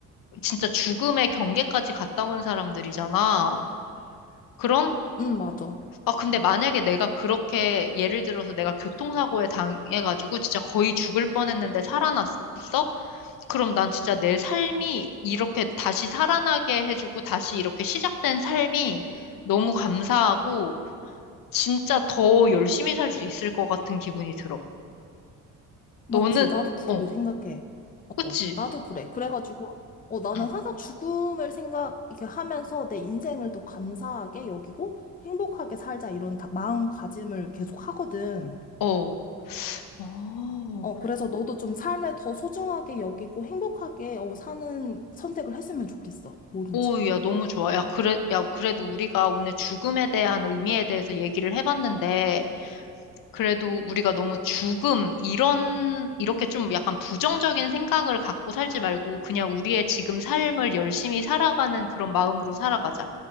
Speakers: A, on the left; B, on the left.
A: 진짜 죽음의 경계까지 갔다 온 사람들이잖아. 그럼,
B: 응, 맞아.
A: 아, 근데 만약에 내가 그렇게 예를 들어서 내가 교통사고에 당해가지고 진짜 거의 죽을 뻔했는데 살아났어? 그럼 난 진짜 내 삶이 이렇게 다시 살아나게 해주고 다시 이렇게 시작된 삶이 너무 감사하고 진짜 더 열심히 살 수 있을 것 같은 기분이 들어.
B: 맞지.
A: 너는,
B: 나도 그렇게
A: 어,
B: 생각해.
A: 그치?
B: 어, 나도 그래. 그래가지고, 어, 나는
A: 응.
B: 항상 죽음을 생각, 이렇게 하면서 내 인생을 더 감사하게 여기고 행복하게 살자 이런 다- 마음가짐을 계속 하거든.
A: 어. 어.
B: 어, 그래서 너도 좀 삶을 더 소중하게 여기고 행복하게, 어, 사는 선택을 했으면 좋겠어. 뭐든지.
A: 오, 야,
B: 응.
A: 너무 좋아. 야, 그래, 야, 그래도 우리가 오늘 죽음에 대한 의미에 대해서 얘기를 해봤는데, 그래도 우리가 너무 죽음, 이런, 이렇게 좀 약간 부정적인 생각을 갖고 살지 말고, 그냥 우리의 지금 삶을 열심히 살아가는 그런 마음으로 살아가자.